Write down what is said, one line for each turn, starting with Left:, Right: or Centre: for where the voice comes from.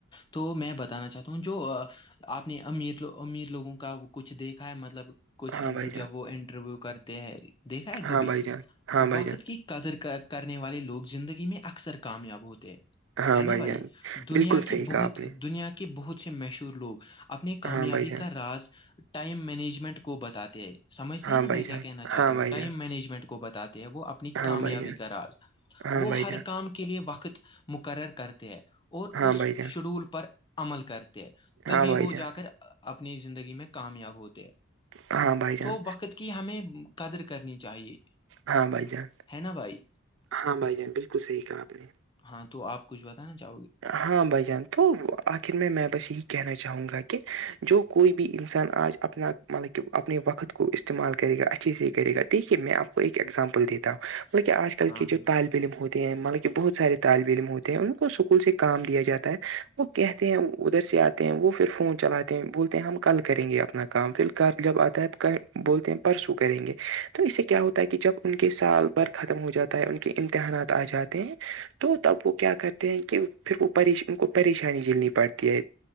Left: تو میں بتانا چاہتا ہوں جو آپ نے امیر امیر لوگوں کا کچھ دیکھا ہے مطلب کچھ
Right: ہاں
Left: انٹر
Right: بھائی جان
Left: جب وہ انٹرویو کرتے ہیں دیکھا ہے کبھی
Right: ہاں بھائی جان ہاں بھائی
Left: وقت
Right: جان
Left: کی قدر کرنے والے لوگ زندگی میں اکثر کامیاب ہوتے ہیں
Right: ہاں
Left: ہے نا
Right: بھائی جان
Left: دنیا
Right: بالکل
Left: کے
Right: صحیح
Left: بہت
Right: کہا آپ نے
Left: دنیا کے بہت سے مشہور لوگ اپنی کامیابی
Right: ہاں بھائی جان
Left: کا راز ٹائم مینجمنٹ کو بتاتے ہیں سمجتے
Right: ہاں
Left: ہیں نا
Right: بھائی
Left: میں کیا
Right: جان
Left: کہنا چاہتا
Right: ہاں
Left: ہوں
Right: بھائی
Left: ٹائم مینجمنٹ کو بتاتے ہیں وہ اپنی
Right: جان
Left: کامیابی کا راز
Right: ہاں
Left: وہ
Right: بھائی
Left: ہر
Right: جان
Left: کام کے لیے وقت مقرر کرتے ہیں اور
Right: ہاں
Left: اس
Right: بھائی جان
Left: شیڈول پر عمل کرتے ہیں تبھی
Right: ہاں بھائی
Left: وہ
Right: جان
Left: جا کر اپنی زندگی میں کامیاب ہوتے ہیں
Right: ہاں بھائی جان
Left: تو
Right: ہاں بھائی جان
Left: وقت کے کہ ہمیں قدر کرنی چاہیے
Right: ہاں بھائی جان
Left: ہے نا بھائی
Right: ہاں بھائی جان بالکل صحیح کہا آپ نے
Left: ہاں تو آپ کچھ بتانا چاہو گے
Right: ہاں بھائی جان تو آخر میں میں بس یہی کہنا چاہوں گا کہ جو کوئی بھی انسان آج اپنا مطلب کہ اپنے وقت کو استعمال کرے گا اچھے سے ہی کرے گا دیکھیے میں کو ایکگزامپل دی مطلب کہ آج کل
Left: ہاں
Right: کے جو
Left: بالکل
Right: طالب علم ہوتے ہیں مطلب کہ بہت سارے طالب علم ہوتے ہیں ان کو س سے کام دیا جاتا ہے وہ کہتے ہیں ادھر سے آتے ہیں وہ پھر فون چلاتے ہیں بولتے ہیں ہم کل کریں گے اپنا کام پھر کل جب آتا ہے بولتے ہیں پرسوں کریں گے تو اس سے کیا ہوتا ہے کہ جب ان کے سال بھر ختم ہو جاتا ہے ان کے امتحانات آ جاتے ہیں تو تب وہ کیا کرتے ہیں کہ پھر وہش ان کو پریشانی جلنی پڑتی ہے